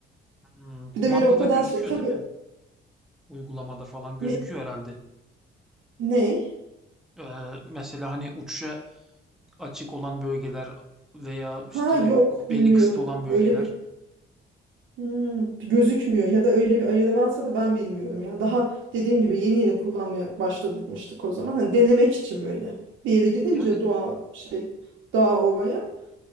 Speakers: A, in the centre; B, on the right.
A: Hmm, kumandada
B: Bir de böyle o kadar
A: gözüküyor
B: şey tabii
A: değil mi? Uygulamada falan gözüküyor
B: ne,
A: herhalde.
B: ne?
A: Ee, mesela hani uçuşa açık olan bölgeler veya
B: Ha
A: işte
B: yok
A: belli
B: bilmiyorum
A: kısıtlı olan bölgeler.
B: öyle bir hmm, gözükmüyor ya da öyle bir ayarı varsa da ben bilmiyorum ya. Daha dediğim gibi yeni yeni kullanmaya başladıkmıştık o zaman hani denemek için böyle bir yere gidince
A: Yani
B: doğa şey dağ ovaya